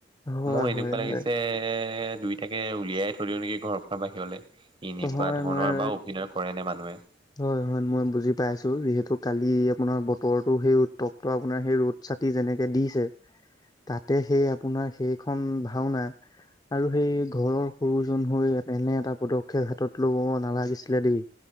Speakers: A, on the left; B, on the right.
A: হয়
B: মোৰ এনেকুৱা
A: হয়
B: লাগিছে
A: হয়
B: দুইটাকে উলিয়াই থৈ থৈ দিও নেকি ঘৰৰ পৰা বাহিৰলে। এনেকুৱা
A: হয়
B: ধৰণৰ
A: মই
B: বাও অভিনয় কৰে নে মানুহে?
A: হয়, হয় মই বুজি পাইছো। যিহেতু কালি আপোনাৰ বতৰটো সেই উত্তপ্ত, আপোনাৰ সেই ৰ'দ ছাটি যেনেকে দিছে তাতে সেই আপোনাৰ সেইখন ভাওনা আৰু সেই ঘৰৰ সৰুজন হৈ এনে এটা পদক <unintelligible> হাতত লবও নালাগিছিলে দেই।